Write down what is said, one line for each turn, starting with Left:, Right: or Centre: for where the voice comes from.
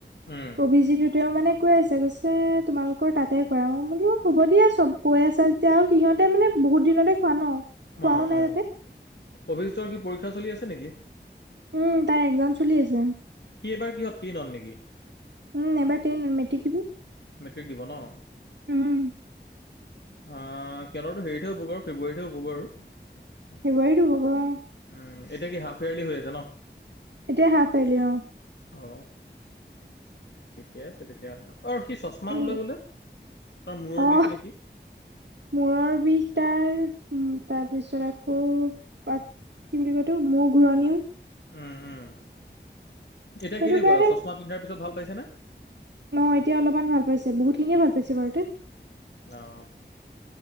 Left: উম,
Right: অভিজিতটোতেও মানে কৈ আছে কৈছে যে তোমালোকৰ তাতে কৰা মই বোলো হ'ব দিয়া চব কৈ আছা যেতিয়া আৰু সিহঁতে মানে বহুত দিনতে খোৱা ন। খোৱাও
Left: অ, অ,
Right: নাই তাতে
Left: অভিক্ষৰ কি পৰীক্ষা চলি আছে নেকি?
Right: উম তাই এক্সাম চলি আছে।
Left: সি এবাৰ কিহত তেনত নেকি?
Right: উম এবাৰেন মেটি দিিব
Left: মেট্ৰিক দিব ন?
Right: উম
Left: অ কিয়নতো হেৰিতহে হ'বগ আৰু ফেব্ৰুৱাৰীতহে হবগ আৰু উম
Right: ফেব্ৰুৱাৰীতো হ'ব অ',
Left: এতিয়া কি হাফ ইয়াৰলি হৈ আছে ন
Right: এতিয় হাফাইলি অ
Left: অ ঠিকে আছে তেতিয়াাহলে অ সি চচমা
Right: উম,
Left: লে বোলে তাৰ মূৰৰ
Right: অ
Left: বিষ নেকি
Right: মূৰৰ বিষ তাৰ উ তাৰ পিছত আকৌাক কি বুলি কয়তো মোৰ ঘূৰণিও
Left: উম উম এতিয়া
Right: সেইটো
Left: কেনেকুৱা
Right: কাৰণে
Left: চশমা পিন্ধাৰ পিছত ভাল পাইছে নে
Right: অ এতিয়া অলপমান ভাল পাইছে বহুতখিনিয়ে ভাল পাইছে বাৰু তে
Left: অ